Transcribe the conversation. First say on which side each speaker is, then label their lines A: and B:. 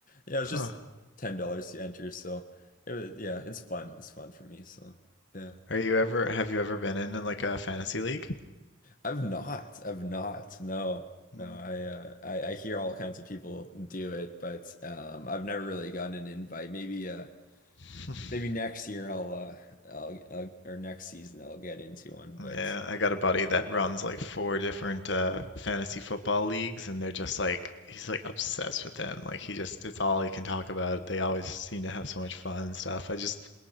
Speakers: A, on the left (about 40°); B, on the left (about 65°).
A: yeah, it's
B: Huh.
A: just ten dollars to enter. So it was yeah, it's fun. It's fun for me. So yeah,
B: Are you ever have you ever been in, in like a fantasy league?
A: I've not. I've not. No. No,
B: Mm.
A: I, uh, I I hear all kinds of people do it, but um, I've never really gotten an invite. Maybe uh,
B: <laughs>
A: Maybe next year I'll, uh, I'll, I'll, or next season I'll get into one, but
B: Yeah, I got a buddy that runs like four different uh fantasy football leagues and they're just like he's like obsessed with them. Like he just it's all he can talk about. They always seem to have so much fun and stuff. I just